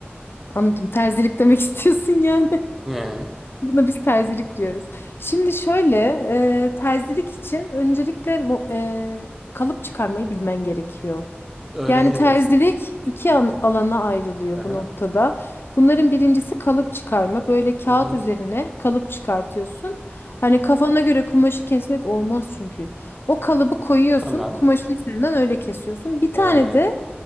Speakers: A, on the left; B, in the centre.
A: Anladım terzilik demek <laughs> istiyorsun yani.
B: Hı,
A: Buna biz terzilik diyoruz. Şimdi şöyle e, terzilik için öncelikle mo- e, kalıp çıkarmayı bilmen gerekiyor.
B: öğreniriz.
A: Yani terzilik iki an- alana ayrılıyor
B: Hı hı
A: bu noktada. Bunların birincisi kalıp çıkarma. Böyle kağıt
B: hı
A: üzerine kalıp çıkartıyorsun. Hani kafana göre kumaşı kesmek olmaz çünkü. O kalıbı koyuyorsun,
B: Tamam.
A: kumaşın üzerinden öyle kesiyorsun. Bir tane
B: Ee, hı
A: de